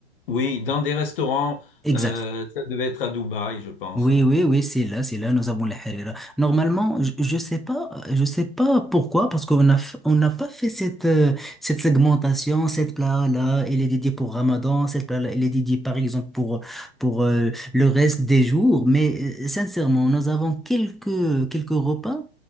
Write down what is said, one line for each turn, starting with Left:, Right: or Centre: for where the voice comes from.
Left: oui, dans des restaurants,
Centre: exact.
Left: euh, ça devait être à Dubaï, je pense.
Centre: Oui,
Left: hein.
Centre: oui, oui, c'est là, c'est là, nous avons les harira. Normalement, je, je sais pas, je sais pas pourquoi, parce qu'on a, f- on n'a pas fait cette, euh, cette segmentation, cette plat-là, elle est dédiée pour Ramadan, cette plat-là, elle est dédiée, par exemple, pour, pour euh, le reste des jours. Mais euh, sincèrement, nous avons quelques, quelques repas